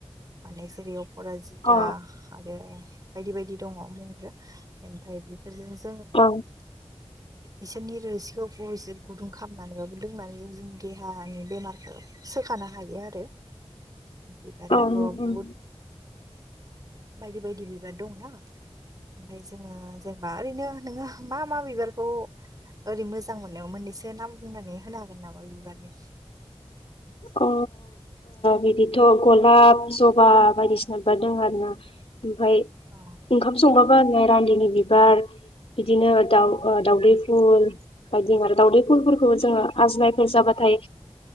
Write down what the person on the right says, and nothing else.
माने जेरै अर जिता
आरो बायदि बायदि दङ बेनिफ्राय ओमफाय बेफोरजों जोङो।
इसोरनि रोसिखौ फसे गुदुं खालामनानैबाबो लोंनानै जों जों देहानि बेमारखौ सोखा होननो हायो आरो।
बिबाराथ'
बहुद बायदि बायदि बिबार दंनाा ओमफ्राय जोङो जेनेबा ओरैनो नोङो मा मा बिबारखौ? ओरै मोजां मोननायाव मोननैसो नाम बुंनानै होनो हागोन नामा बिबारनि?
अ